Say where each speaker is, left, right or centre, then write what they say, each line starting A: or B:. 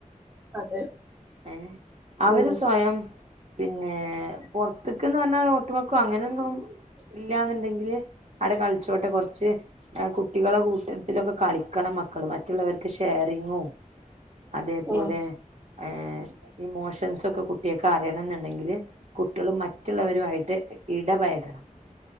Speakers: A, on the right; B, on the right.
A: അതെ
B: ഏ അവര്
A: ഉം
B: സ്വയം പിന്നെ പുൊറത്ത്ക്ക്ന്ന് പറഞ്ഞാ ഓട്ടുമക്കും അങ്ങനൊന്നും ഇല്ലാന്നുണ്ടെങ്കില് അവിടെ കളിച്ചോട്ടെ കുറച്ച് കുട്ടികളെ കൂട്ടത്തിലൊക്കെ കളിക്കണം മക്കള് മ മറ്റുള്ളവർക്ക് ഷെയറിങ്ങും അതേപോലെ
A: ഉം
B: ഏ ഇമോഷൻസ് ഒക്കെ കുട്ടിയേക്കറിയണംന്നിണ്ടെങ്കില് കുട്ടികള് മറ്റുള്ളവരുമായിട്ട് ഇടപയകണം.